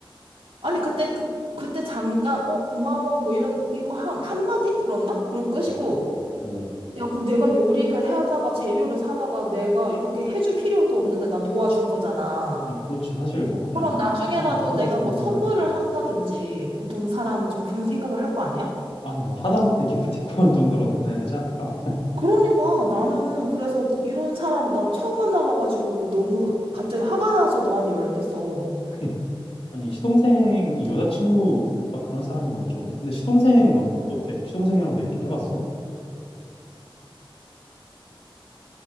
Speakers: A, on the right; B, on the left.
A: 아니, 그때, 그, 그때 잠깐, 어, 고마워. 뭐 이런, 이거 한, 한마디 들었나? 그리고 끄시고.
B: 야, 어,
A: 야, 그 내가 요리를 하다가 재료를 사다가 내가 이렇게 해줄 필요도 없는데 난 도와준 거잖아.
B: 예, 그렇지. 사실 뭐, 그냥,
A: 그럼 나중에라도
B: 아, 못하겠어
A: 내가 뭐 선물을
B: 하고.
A: 한다든지 보통 사람은 좀 그런 생각을 할 거 아니야?
B: 아니, 뭐, 하다못해 기프티콘 <laughs> 정도라도 보내야 되지 않을까?
A: 그러니까 나는 그래서 이런 사람을 나 처음 만나봐가지고 너무 갑자기 화가 나서 너한테 연락했어. 학
B: <laughs> 아니, 시동생이 여자친구가 그런 사람인 건 좀. 근데 시동생은 어떻대? 시동생이랑도 얘기를 해봤어?